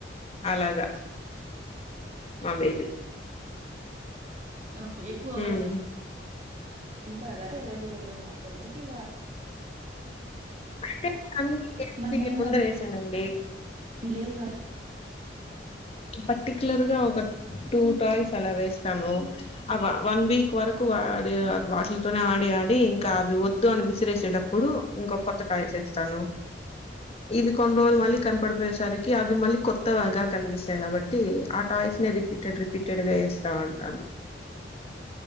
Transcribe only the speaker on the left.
అలాగా మా బేబీ
హ్మ్
అంటే అన్న
ముందర వేసానండి
పర్టిక్యులర్ గా ఒక టూ టాయ్స్ అలా వేస్తాను వన్ వీక్ వరకు వాటిల్ తోనే ఆడి డి ఇంకా అవి వద్దు అని విసిరేసేటప్పుడు ఇంకో కొత్త టాయి తేస్తాను ఇవి కొన్ని రోజులు మళ్ళీ కనపడిపోయేసరికి అవి మళ్ళీ కొత్తగా కనిపిస్తాయి స్తాయి కాబట్టి ఆ టాయిస్ ని రిపీటెడ్ రిపీటెడ్ గా ఇస్తా అంటాను